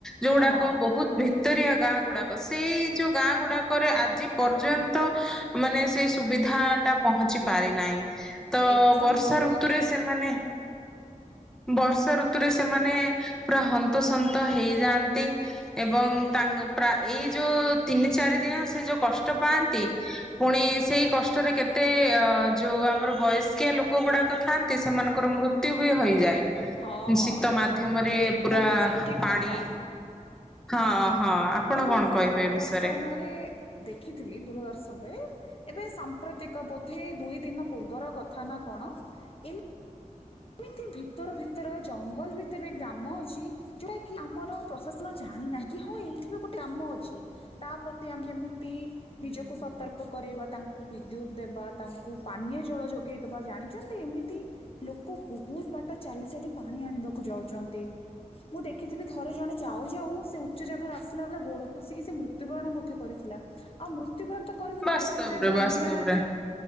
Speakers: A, in the centre; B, on the left.
A: ଯୋଉ ଗଡାକ
B: ହଁ
A: ବହୁତ ଭିତରିଆ ଗାଁ ଗୁଡାକ ସେଇ ଯୋଉ ଗାଁ ଗୁଡାକରେ ଆଜି ପର୍ଯ୍ୟନ୍ତ ମାନେ ସେଇ ସୁବିଧାଟା ପହଞ୍ଚି ପାରିନାହିଁ। ତ
B: ଏକଦମ୍
A: ବର୍ଷା
B: ସତ
A: ଋତୁରେ
B: କଥା
A: ସେମାନେ ବର୍ଷା ଋତୁରେ ସେମାନେ ପୁରା ହନ୍ତସନ୍ତ ହେଇଯାଆନ୍ତି ଏବଂ ତାଙ୍କ ଏଇ ଯୋଉ ତିନି ଚାରି ଦିନ ସେ ଯୋଉ କଷ୍ଟ ପାଆନ୍ତି ପୁଣି ସେଇ କଷ୍ଟରେ କେତେ ଯେଉଁ ଆମର ବୟସ୍କିଆ ଲୋକ ଗୁଡ଼ାକ ଥାଆନ୍ତି ସେମାନଙ୍କର ମୃତ୍ୟୁ ବି ହୋଇଯାଏ।
B: ହଁ
A: ଶୀତ
B: ସତ
A: ମାଧ୍ୟମରେ
B: ଏକଦମ୍
A: ପୁରା
B: ସଠିକ୍
A: ପାଣି
B: କଥା
A: ହଁ ହଁ ଆପଣ
B: ମୁଁ ବି
A: କଣ
B: ଏବେ
A: କହିବେ
B: ଦୂରଦର୍ଶନରେ
A: ଏ ବିଷୟରେ?
B: ଦେଖିଥିଲି ଦୂରଦର୍ଶନରେ ଏବେ ପ୍ରତ୍ୟେକ ବୋଧେ ଦୁଇ ଦିନ ପୂର୍ବର କଥା ନା କଣ ଏତି ଏମିତି ଭିତର ଭିତର ଜଙ୍ଗଲ ଭିତରେ ଗ୍ରାମ ଅଛି ଯୋଉଟା କି ଆମର ପ୍ରଶାସନ ଜାଣିନାହିଁ କି ହଁ ଏଇଠ ବି ଗୋଟେ ଗାମ ଅଛି ତା ପ୍ରତି ଆମେ କେମି
A: ହୁଁ
B: ନିଜକୁ
A: ହୁଁ।
B: ସତର୍କ କରାଇବା ତାଙ୍କୁ ବି ବିଦ୍ୟୁତ ଦେବା ତାଙ୍କୁ ପାନୀୟ ଜଳ ଯୋଗେଇ ଦେବା ଜାଣିଛନ୍ତି ଏମିତି ଲୋକ ବହୁତ ବାଟ ଚାଲି ଚାଲି ପାଣି ଆଣିବାକୁ ଯାଉଛନ୍ତି ମୁଁ ଦେଖିଥିଲି ଥରେ ଜଣେ ଯାଉ ଯଉ ସେ ଉଚ୍ଚ ଜାଗାରୁ ଆସିଲା ବେଳେ ଗୋଡ ଖସିକି ସେ ମୃତ୍ୟୁବରଣ ମଧ୍ୟ କରିଥିଲା ଆଉ ମୃ ମୁତ୍ୟୁ ବରଣ କରିଥିଲା
A: ବାସ୍ତବରେ
B: ଦେଖୁଥିବେ ବନ୍ୟା
A: ବାସ୍ତବରେ
B: <unintelligible>